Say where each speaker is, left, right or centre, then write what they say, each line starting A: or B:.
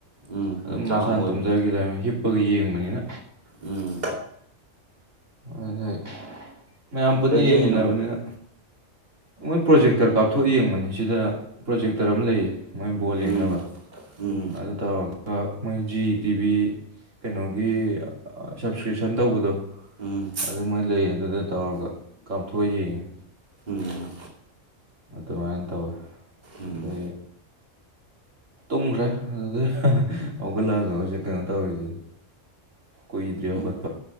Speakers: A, on the right; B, on the right.
A: ꯎꯝ ꯃꯤꯅꯤꯠ
B: ꯑꯗꯨꯝ
A: ꯇꯔꯥꯃꯉꯥꯃꯨꯛ
B: ꯃꯁꯥꯅ ꯇꯨꯝꯖꯈꯤ
A: ꯑꯣꯏꯕꯅꯦ
B: ꯂꯩꯔꯝꯃꯦ ꯍꯤꯞꯄꯒ ꯌꯦꯡꯕꯅꯤꯅ
A: ꯎꯝ
B: <unintelligible> ꯃꯌꯥꯝ ꯄꯨꯟꯅ
A: ꯀꯩ
B: ꯌꯦꯡꯃꯤꯟꯅꯕꯅꯤꯅ
A: ꯊꯦꯡꯉꯤꯅꯣ
B: ꯃꯣꯏ ꯄ꯭ꯔꯣꯖꯦꯛꯇꯔ ꯀꯥꯞꯊꯣꯛ ꯌꯦꯡꯕꯅꯤ ꯁꯤꯗ ꯄ꯭ꯔꯣꯖꯦꯛꯇꯔ ꯑꯃ ꯂꯩꯌꯦ ꯃꯣꯏ ꯕꯣꯜ ꯌꯦꯡꯅꯕ
A: ꯎꯝ ꯎꯝ
B: ꯑꯗꯨ ꯇꯧꯔꯕ ꯑꯗꯨꯒ ꯃꯣꯏ ꯖꯤ ꯇꯤꯚꯤ ꯀꯩꯅꯣꯒꯤ ꯁꯞꯁꯀ꯭ꯔꯤꯞꯁꯟ ꯇꯧꯕꯗꯣ
A: ꯎꯝ
B: ꯑꯗꯨꯃꯥꯏꯅ ꯂꯩ ꯑꯗꯨꯗ ꯇꯧꯔꯒ ꯀꯥꯞꯊꯣꯛꯑ ꯌꯦꯡꯉꯤ
A: ꯎꯝ
B: ꯑꯗꯨꯃꯥꯏꯅ ꯇꯧꯋꯤ
A: ꯎꯝ
B: ꯑꯗꯩ ꯇꯨꯝꯈ꯭ꯔꯦ ꯑꯗꯨꯗꯩ <unintelligible> ꯍꯧꯒꯠꯂꯛꯑꯒ ꯍꯧꯖꯤꯛ ꯀꯩꯅꯣ ꯇꯧꯔꯤꯁꯤꯅꯤ ꯀꯨꯏꯗ꯭ꯔꯤ ꯍꯧꯒꯠꯄ
A: ꯎꯝ